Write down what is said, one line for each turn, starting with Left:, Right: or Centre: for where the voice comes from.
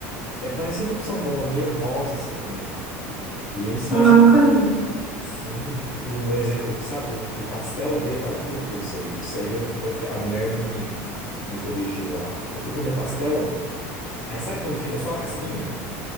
Left: É parecido com salmão, é meio rosa assim também. E eles fazem,
Centre: Eu nunca vi.
Left: sim, o exemplo, sabe, o, o pastel de, olha que loucura isso aí. Isso aí eu, eu fiquei, a mulher me me corrigiu lá. Eu fui comer pastel, aí sabe quando fica só a casquinha?